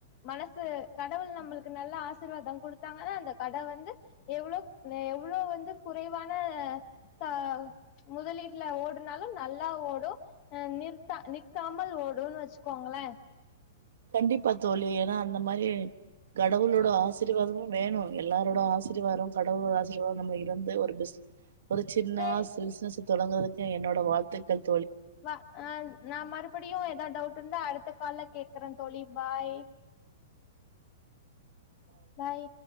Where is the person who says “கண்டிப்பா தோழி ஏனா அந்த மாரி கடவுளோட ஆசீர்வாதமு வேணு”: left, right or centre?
Right